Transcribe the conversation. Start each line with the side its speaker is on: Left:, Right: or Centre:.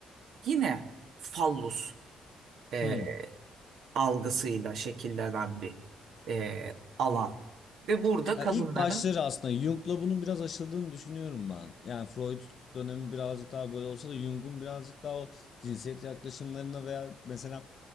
Right: yine fallus e,
Left: hmm.
Right: algısıyla şekillenen bir e, alan. Ve burada
Left: Ya
Right: kadınların
Left: ilk başları aslında Jung'la bunun biraz aşıldığını düşünüyorum ben. Yani Freud dönemi birazcık daha böyle olsa da Jung'un birazcık daha o cinsiyet yaklaşımlarına veya mesela